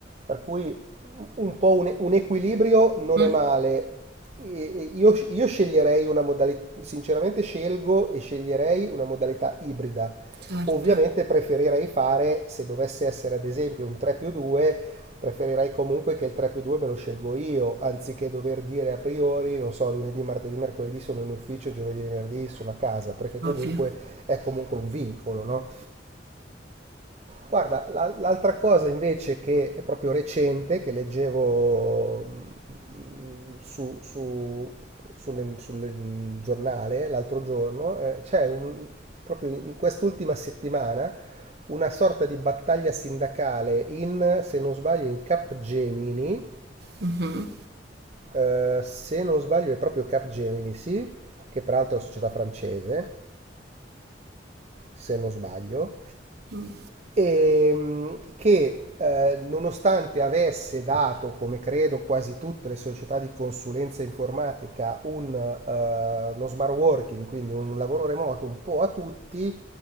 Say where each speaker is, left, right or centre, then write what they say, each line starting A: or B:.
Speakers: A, on the right; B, on the right.
A: Per cui un po' un, un equilibrio non
B: mm,
A: è male. E- e Io, io sceglierei una modalità, sinceramente scelgo e sceglierei una modalità ibrida.
B: certo,
A: Ovviamente preferirei fare, se dovesse essere ad esempio un 3 più 2, preferirei comunque che il 3 più 2 me lo scelgo io, anziché dover dire a priori, non so, lunedì, martedì, mercoledì sono in ufficio, giovedì, venerdì sono a casa, perché
B: ovvio.
A: comunque è comunque un vincolo, no? Guarda, la- l'altra cosa invece che è proprio recente, che leggevo mm, su, su- sulle- sulle- mm, giornale l'altro giorno, eh, c'è un- proprio in quest'ultima settimana una sorta di battaglia sindacale in, se non sbaglio, in Capgemini,
B: Mhm,
A: eh, se non sbaglio è proprio Capgemini, sì, che peraltro è una società francese, se non sbaglio
B: mm,
A: ehm, che eh, nonostante avesse dato, come credo quasi tutte le società di consulenza informatica, un, eh, uno smart working, quindi un lavoro remoto un po' a tutti,